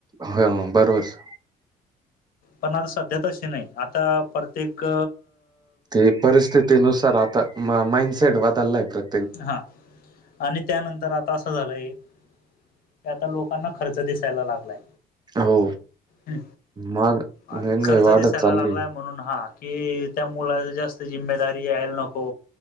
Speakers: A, on the right; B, on the left.
A: हं बरोबर.
B: पण आता सध्या तशे नाही आता परतेक
A: ते परिस्थितीनुसार आता मा-माइंडसेट बदललाय तर
B: हंअ् आणि त्यानंतर आता असं झालंय की, आता लोकांना खर्च दिसायला लागलाय.
A: हो
B: हू..
A: माग
B: आ्
A: महंगाई
B: खर्च
A: वाढत
B: दिसायला
A: चालली
B: लागलाय, म्हणून हा की, त्या मुलाला जास्त जिम्मेदारी यायला नको